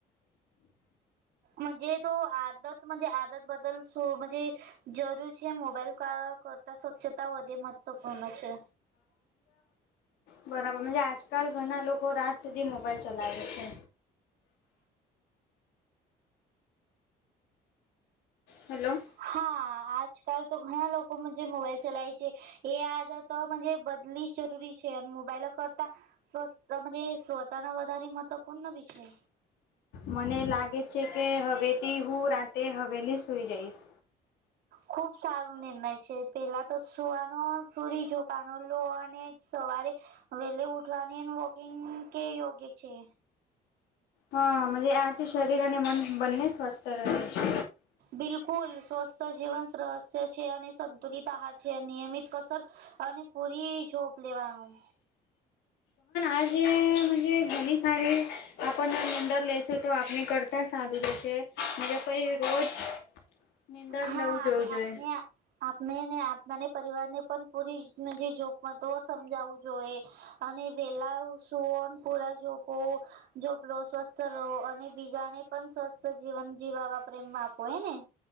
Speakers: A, on the right (about 75°); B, on the left (about 85°).
A: મજે તો આદત. આદત બદલ સુ સો મજે જરૂર છે મોબાઈલ કરતા સ્વચ્છતા વધે મહત્વપૂર્ણ છે.
B: બરાબર આજકાલ ઘણા લોકો રાત સુધી મોબાઈલ ચલાવે છે હેલો
A: હા આજકાલ તો ઘણા લોકોમાં જે મોબાઈલ ચલાય છે. એ આદત બદલી જ જરૂરી છે મોબાઈલ કરતા સ્વ <unintelligible> સ્વતાના વધારે મહત્વપૂર્ણ વિષય
B: મને લાગે છે કે હવેથી હું રાતે હવેલી સુઈ જઈશ
A: ખુબ સારું નિર્ણય છે પેલા તો સુવાનો સુરી જોપાનો અને સવારે વહેલી ઉઠવાની વોકિંગ કે યોગ્ય છે.
B: હા આથી શરીર અને મન બંને સ્વસ્થ રહે છે.
A: બિલકુલ સ્વસ્થ જીવન સરહસ્ય છે અને સંતુલિત આહાર છે, નિયમિત કસર અને પૂરી જોપ લેવાનું
B: આ જે મજે ઘણી સારી આપણને નિંદર લેશે તો આપણી કરતાં સારું લેશે માજા પય રોજ નીંદર
A: હા
B: લવું જોવું
A: અને
B: જોઈએ
A: આપને આપણે ને આપનાને પરિવાર ને પણ પૂરી નજી જોખમતો સમજાવું જોઈએ અને વેલા સુઓ પૂરા જો બહ જપલો સ્વસ્થ રહો અને બીજાને પણ સ્વસ્થ જીવન જીવાવા પ્રેમ માં આપો હને